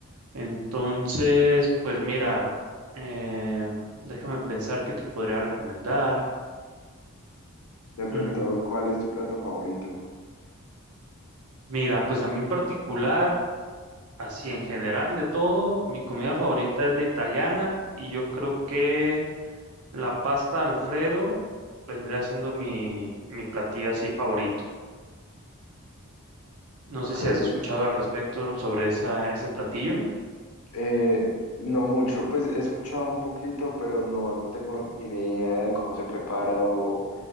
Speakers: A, on the right; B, on the left.
A: Entonces, pues mira, eh, déjame pensar qué te podría recomendar.
B: De pronto,
A: Mm,
B: ¿cuál es tu plato favorito?
A: mira, pues a mí en particular, así en general de todo, mi comida favorita es la italiana y yo creo que... La pasta Alfredo vendría siendo mi, mi platillo así favorito. No
B: Ok,
A: sé si has escuchado al respecto sobre esa, ese platillo.
B: eh, no mucho, pues he escuchado un poquito, pero no tengo ni idea de cómo se prepara o,